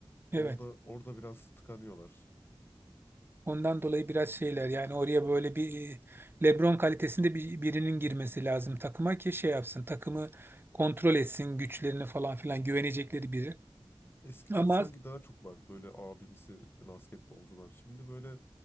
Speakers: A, on the right; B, on the left.
A: Evet.
B: orada orada biraz tıkanıyorlar.
A: Ondan dolayı biraz şeyler yani oraya böyle bir e, LeBron kalitesinde bir, birinin girmesi lazım takıma ki şey yapsın takımı kontrol etsin güçlerini falan filan güvenecekleri biri.
B: Eskiden
A: Ama
B: sanki daha çok vardı böyle abimsi basketbolcular. Şimdi böyle